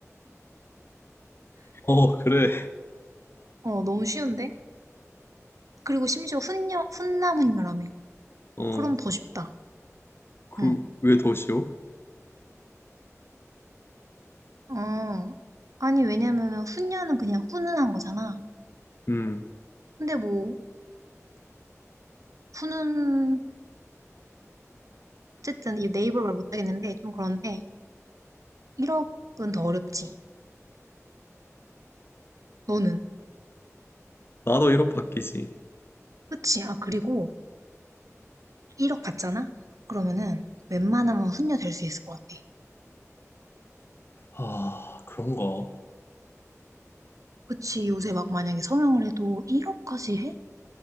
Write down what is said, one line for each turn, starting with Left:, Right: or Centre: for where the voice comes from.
Left: 어, 그래.
Right: 어, 너무 쉬운데? 그리고 심지어 훈녀, 훈남 훈녀라며.
Left: 어,
Right: 그럼 더 쉽다.
Left: 그,
Right: 응
Left: 왜 더 쉬워?
Right: 어, 아니, 왜냐면은 훈녀는 그냥 훈훈한 거잖아.
Left: 음,
Right: 근데 뭐, 훈훈, 어쨌든 이 네이버 말 못하겠는데, 좀 그런데, 1억은 더 어렵지. 너는?
Left: 나도 1억 받기지.
Right: 그치. 아, 그리고 1억 받잖아? 그러면은 웬만하면 훈련될 수 있을 것 같아.
Left: 아, 그런가?
Right: 그치. 요새 막 만약에 성형을 해도 1억까지 해?